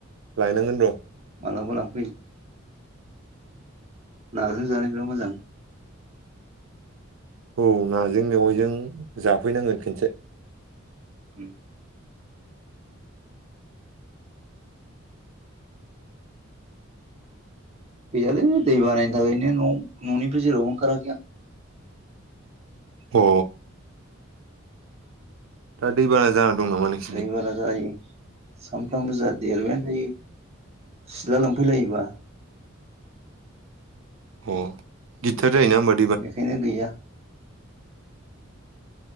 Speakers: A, on the right; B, on the right.
A: लायनांगोन दे।
B: मालाबा लांफै। नाजों जानो बिराद मोजां।
A: औ नाजों मेवाइजों जाफैनांगोन खनसे।
B: उम गैयालै दै बानायनि थाखायनो न' न'निबो जेरावबो ओंखाराखै आं।
A: अ' दा दैबाना जाना दं नामा? नोंसिनिथिं
B: दैैबाना जायो। सानफ्रामबो जा देरबायानो थायो सिथला लोम्फैलायोबा।
A: अ' गिदिरथार जायो ना होनबा?
B: बेखायनो गैया।